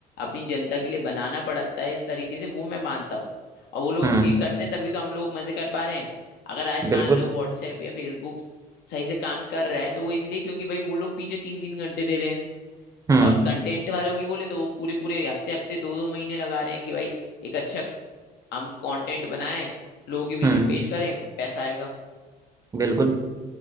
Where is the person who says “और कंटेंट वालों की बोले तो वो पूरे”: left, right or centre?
Left